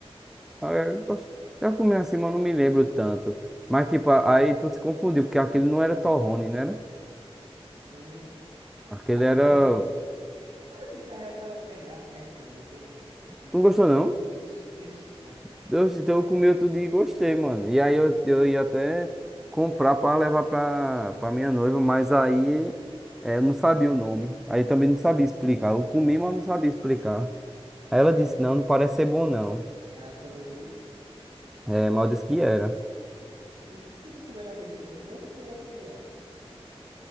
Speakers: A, in the centre; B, on the right.
A: Ah, é, eu gosto- Já comi assim, mas eu não me lembro tanto. Mas, tipo, a- aí tu se confundiu, porque aquele não era torrone, né? era?
B: Sim,
A: Aquele
B: aquilo
A: era.
B: ali. Talvez isso é que ela fez lá, né, cara? Não gostei não. Vixe,
A: Tu não gostou, não?
B: vixe, vixe, vixe, né?
A: Deus, então eu comi outro dia e gostei, mano. E aí eu, eu ia até comprar pra levar pra, pra minha noiva, mas aí é, eu não sabia o nome. Aí também não sabia explicar. Eu comi, mas não sabia explicar.
B: É,
A: Aí ela disse,
B: é um.
A: não, não parece ser bom, não.
B: É a tua noiva disse?
A: É, mal disse que era.
B: Tu- se tu comeu naquele dia que eu comi, tu comeu outro dia.